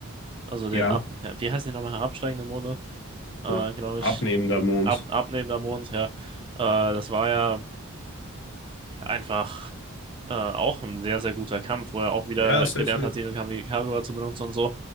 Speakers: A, on the right; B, on the left.
A: also den
B: Ja,
A: ab, ja, wie heißen die nochmal, herabsteigende Monde, äh,
B: äh,
A: glaube
B: abnehmender
A: ich,
B: Mond.
A: ab, abnehmender Mond, ja, äh, das war ja einfach äh, auch ein sehr, sehr guter Kampf, wo er auch wieder
B: Ja, safe,
A: gelernt
B: safe.
A: hat, den Kamikaze zu benutzen und so.